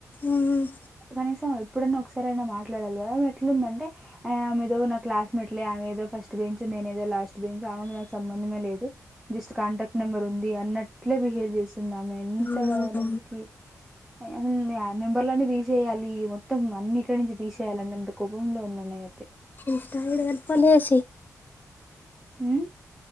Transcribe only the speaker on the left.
ఉమ్మ్.
అవునా
ఇస్టా లో ఎల్ పల్ చేసెయ్.